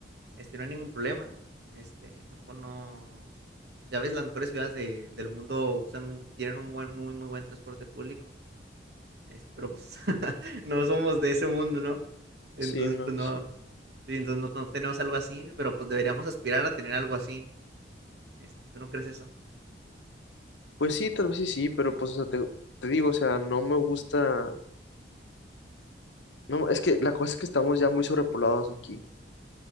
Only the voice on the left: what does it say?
Sí, no,
sí.
Pues sí, tal vez sí, sí, pero pues, o sea, te, te digo, o sea, no me gusta. No, es que la cosa es que estamos ya muy sobrepoblados aquí.